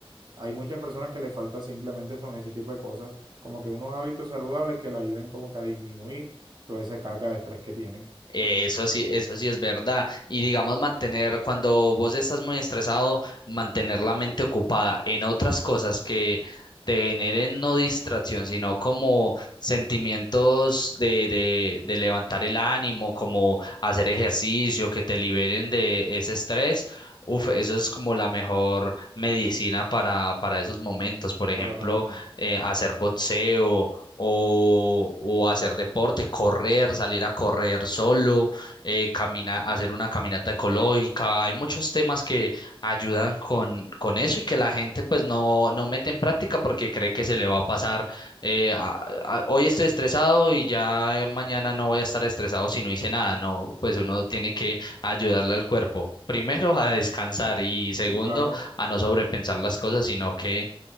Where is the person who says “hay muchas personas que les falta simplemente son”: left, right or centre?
Right